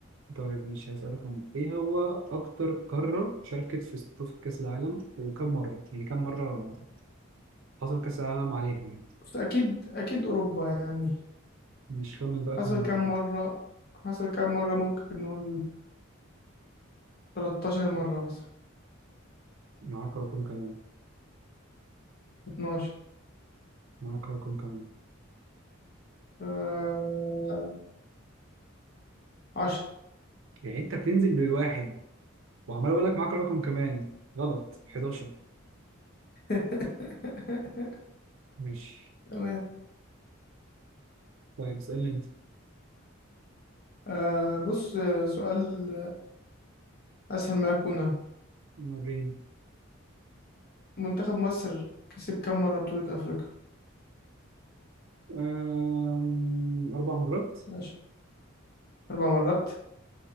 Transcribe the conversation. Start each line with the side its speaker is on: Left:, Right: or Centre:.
Right: طيب ماشي هسألك أنا إيه هو أكتر قارة شاركت في استضافة كأس العالم وكم مرة؟ يعني كم مرة حصل كأس العالم عليها يعني؟
Left: بس أكيد أكيد أوروبا يعني
Right: مش خمن بقى كم
Left: حصل
Right: مرة
Left: كام
Right: كده
Left: مرة حصل كام مرة ممكن نقول 13 مرة مثلا
Right: معاك رقم كمان
Left: 12
Right: معاك رقم كمان
Left: آه... 10
Right: يعني أنت بتنزل بالواحد وعمال أقول لك معاك رقم كمان غلط 11
Left: <laughs>
Right: ماشي
Left: تمام
Right: طيب اسألني أنت
Left: آه بص آه، سؤال أسهل ما يكون أهو
Right: مرين
Left: منتخب مصر كسب كام مرة بطولة أفريقيا؟
Right: أم... أربع مرات
Left: ماشي أربع مرات